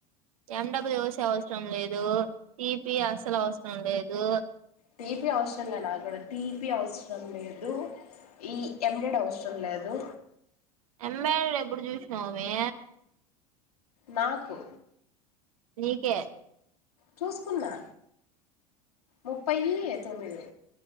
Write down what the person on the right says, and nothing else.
ఎండబ్లూ వసే అవసరం లేదు టీపి అస్సలు అవసరం లేదు
ఎం ఆ ఎప్పుడు చూసినావుమే
నీకే